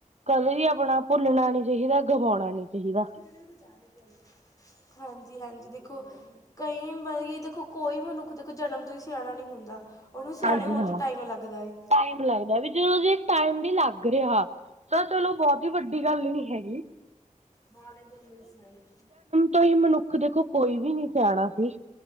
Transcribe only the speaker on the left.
<inaudible> ਹਾਂਜੀ-ਹਾਂਜੀ ਦੇਖੋ ਕਈ ਮਤਬ ਕਿ ਦੇਖੋ ਕੋਈ ਮਨੁੱਖ ਦੇਖੋ ਜਨਮ ਤੋਂ ਈ ਸਿਆਣਾ ਨਹੀਂ ਹੁੰਦਾ। ਓਨੂੰ
ਸਿਆਣੇ ਹੋਣ
'ਚ ਟਾਈਮ ਲੱਗਦਾ ਏ।
ਮਾੜੇ ਦੇ ਤੁਸੀਂ ਸਿਆਣੇ।